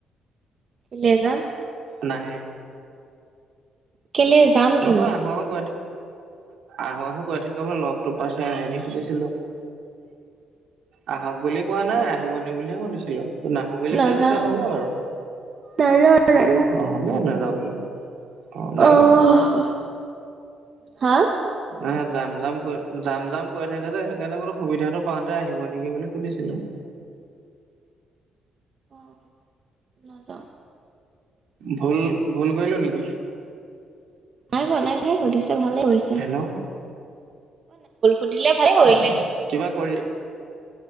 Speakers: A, on the right; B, on the right.
A: <inaudible>
B: নাহে
A: কেলে যাম কেলে
B: নহয় মোক আহো আহো কৈ থাকে বুলো লগটো পাইছে আহনে সুধিছিলো আহক বুলি কোৱা নাই আহিব নি বুলিহে সুধিছিলো নাহো বুলি
A: নাযাও
B: ক'লে যেতিয়া হ'ব আৰু
A: নাযাও নাযাও নাযাও
B: অ হ'ব নাযাওঁ বুলি ক অ নালাগে
A: অহ
B: নালাগ
A: হা
B: অ জাম জাম ক যাম জাম কৈ থাকে যে সেইটো কাৰণে বোলো সুবিধাটো পাওঁতে আহিব নেকি বুলি শুনিছিলো <inaudible>
A: অ নাযাওঁ
B: ভুল ভুল কৰিলো নেকি
A: নাইহোৱা <unintelligible> সুধিছে ভালে কৰিছে
B: হেল্ল'
A: সুধিলে ভাল কৰিলে
B: অ কিবা কৰি